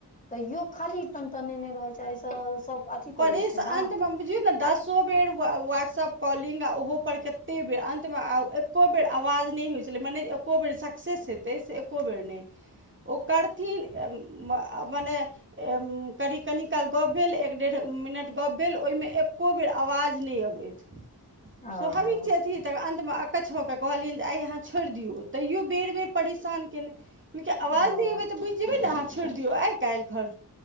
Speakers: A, on the left (about 20°); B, on the right (about 30°).
A: तइयो खाली टनटनेने रहेय छैय सब सबअथि
B: परेश
A: करय छैय ने।
B: अन्तमे बुझियौ ने दसो बेर वाट्सप कॉलिंग आ ओहोपर कते बेर अन्तमे आउ एको बेर आवाज नहि होइत छलै मने एको बेर सक्सेस हेतै से एको बेर नहि ओ करथिन। मने अ कनी कनी काल गप भेल एक मिनट गप भेल ओइमे एकोबेर आबज नय अबैत
A: ओ
B: सोभाबिक अथी त अन्तमे अकछ भ क कहलियनि जे आइ अहाँ छोड़ि दियौ तैयो बेर- बेर परेशान कयने। देखियौ
A: हँ
B: आवाज नहि अबै त बुझि जेबै ने अहाँ छोड़ि दियौ आइ, काल्हि खन